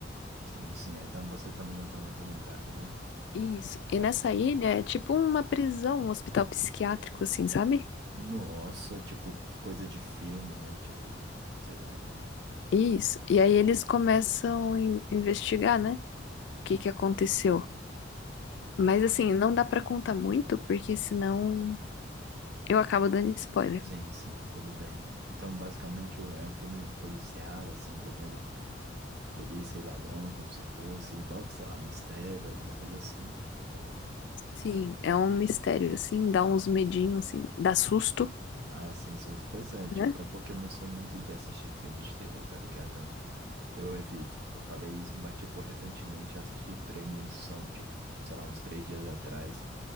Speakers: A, on the right; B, on the left.
A: sim, sim. Aí tam- você também não tá muito lembrado, né?
B: Isso. E
A: É...
B: nessa ilha é tipo uma prisão, um hospital psiquiátrico, assim, sabe?
A: Nossa, tipo, coisa de filme, né? Tipo, sei lá.
B: Isso. E aí eles começam a in- investigar, né? O que que aconteceu? Mas assim, não dá pra contar muito, porque senão eu acabo dando spoiler.
A: Sim, sim, tudo bem. Então, basicamente, o- é um filme policial, assim, envolvendo polícia e ladrão, como se fosse, envolve, sei lá, mistério, alguma coisa assim. Então, né?
B: Sim, é um mistério, assim, dá uns medinhos, assim, dá susto,
A: Ah, sim, só- pois é, tipo,
B: né?
A: é porque eu não sou muito de assistir filmes de terror, tá ligado? Eu eu evito. Eu falei isso, mas, tipo, recentemente eu assisti Premonição, tipo, sei lá, uns três dias atrás.